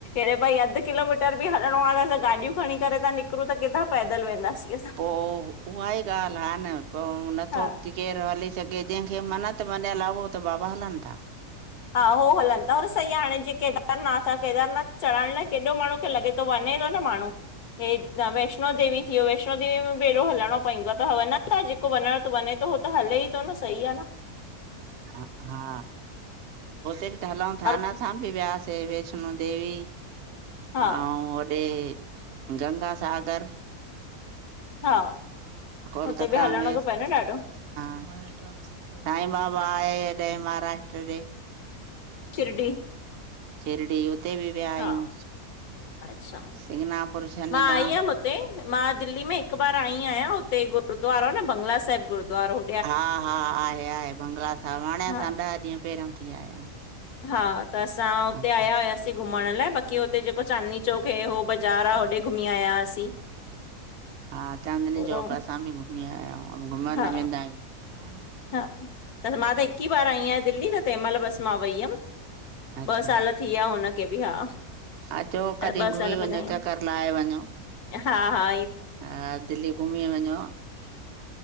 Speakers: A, on the left; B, on the right.
A: अरे भई अध किलोमीटर ॿि हलणो आ तसां गाॾियूं खणी करे त निकरूं त किथां पैदल वेंदासीं असां।
B: पो उहा ई ॻाल हा न पो नथो
A: हा
B: केर हली सघे ॼेखे मनत मञयल आ उह त बाबा हलन था।
A: हा हो हलन ता सही आ हाणे जीअं केदारनाथ आ केदारनाथ चढ़ण लाए केॾो माणू खे लॻे। वञे तो न माणू हे वैष्णो देवी थी वयो वैष्णो देवी में। पैरों हलणो पईंदो आ त वॼञ था जेको वञण त वञे तो उ त हले ई तो न सही आ न।
B: ह हा हुते ॿि त हलयु था
A: और
B: ना असां ॿि वियासीं। हिते वैष्णो देवी
A: हा
B: ऐं वॾे गंगासागर।
A: हा
B: कोलकता
A: हुते बि हलणो
B: में। हा
A: थो पए न ॾाढो
B: महाराष्ट्रा में साई बाबा आये हिते महाराष्ट्र ॾे।
A: शिरडी
B: शिरडी उते ॿि वया आयूं
A: हा अच्छा
B: शिंगणापुर शनिधाम।
A: मां आई हुयमि हुते मां दिल्ली में हिक बार आई आयां हुते गुरुूद्वारो न बंगला साहिब गुरुदवारो।
B: हा-हा आहे-आहे बंगला साब हाणे
A: हा
B: असां ॾह ॾींहं पेरियों थी आया।
A: हा त असां हुते
B: आहियूं
A: आया होआसीं। घुमण लाए बाक़ी हुते जेको चांदनी चौक ह हो बज़ार आ होॾे घुमी आयासीं।
B: हा चांदनी
A: पूरो
B: चौक असां ॿि घुमी आया आयूं घुमण
A: हा
B: न वेंदा आयूं।
A: हा त मां त हिक ई बार आई आयां दिल्ली त तें मल बस मां वई अम
B: अच्छा
A: ॿ साल थी आ हुनखे ॿि हा।
B: अचो कॾि
A: ॿ
B: घुमी
A: साल
B: वञो
A: पहले आई हुयमि
B: चक्कर लाये वञो
A: हा हा
B: हा। दिल्ली घुमी वञो।